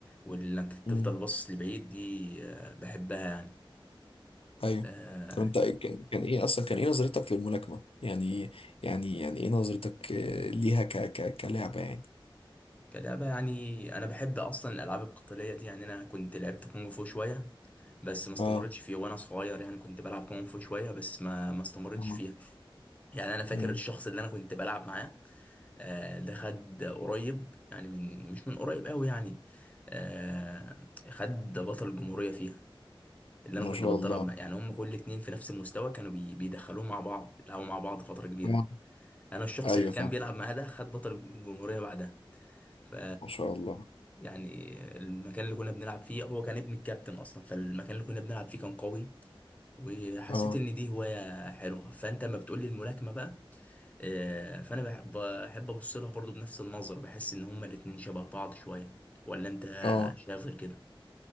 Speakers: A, on the left (about 15°); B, on the left (about 85°).
A: وانك تفضل
B: امم
A: باصص لبعيد دي آه، بحبها يعني
B: ايوه
A: آه
B: طب انت إيه- كان كان ايه اصلا كان ايه نظرتك للملاكمه يعني يعني يعني ايه نظرتك آه، ليها ك ك كلعبه يعني
A: كلعبة يعني انا بحب اصلا الالعاب القتالية دي يعني انا كنت لعبت كونغ فو شوية بس ما استمرتش
B: اه
A: فيها وانا صغير يعني كنت بلعب كونغ فو شوية بس ما ما استمرتش
B: اه
A: فيها يعني انا فاكر
B: امم
A: الشخص اللي انا كنت بلعب معاه آه، ده خد قريب يعني من مش من قريب قوي يعني آه، خد بطل الجمهورية فيها اللي
B: ما
A: انا كنت
B: شاء
A: بتدرب
B: الله
A: مع يعني هم كل اتنين في نفس المستوى كانوا بي... بيدخلوه مع بعض يلعبوا مع بعض فترة كبيرة
B: اه
A: انا الشخص
B: ايوه
A: اللي كان
B: فاهم
A: بيلعب معاه ده خد بطل الجمهورية بعدها ف
B: ما شاء الله
A: يعني المكان اللي كنا بنلعب فيه هو كان ابن الكابتن اصلا فالمكان اللي كنا بنلعب فيه كان قوي وحسيت
B: اه
A: ان دي هواية حلوة فانت لما بتقولي الملاكمة بقى آه، فانا بحب بحب ابص لها برضو بنفس النظر بحس ان هما الاتنين شبه بعض شوية ولا انت
B: اه
A: شايف غير كده